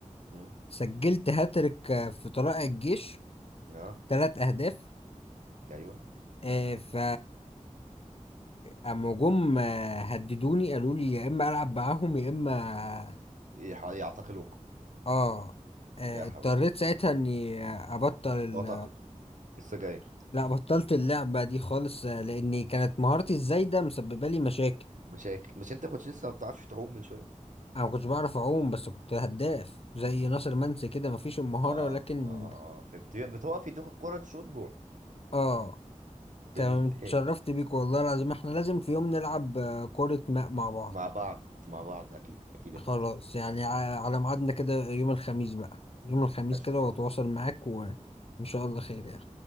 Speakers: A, on the right; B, on the left.
A: مم.
B: سجلت هاتريك آه، في طلائع الجيش
A: اه
B: ثلاث اهداف
A: ايوه
B: آه، ف اما جم آه، هددوني قالوا لي يا اما العب معاهم يا اما
A: يح- يعتقلوك
B: اه آه،
A: يا حول
B: اضطريت
A: الله
B: ساعتها اني ابطل ال...
A: هو تعتقل السجاير
B: لا بطلت اللعبة دي خالص آه، لاني كانت مهارتي الزايدة مسببة لي مشاكل
A: مشاكل مش انت كنت لسه ما بتعرفش تعوم من شويه
B: انا ما كنتش بعرف اعوم بس كنت هداف زي ناصر منسي كده مفيش المهارة
A: اه
B: ولكن
A: اه اه اه فهمت بتوقف يدوك الكرة تشوط جول
B: اه تمام
A: جميل
B: اتشرفت
A: هيك
B: بيك والله العظيم احنا لازم في يوم نلعب آه، كرة ماء مع بعض
A: مع بعض مع بعض اكيد اكيد يا
B: خلاص
A: فندم
B: يعني ع- على ميعادنا كده يوم الخميس بقى يوم الخميس
A: اشوف
B: كده واتواصل
A: حضرتك
B: معاك
A: ماشي
B: وان شاء الله خير يعني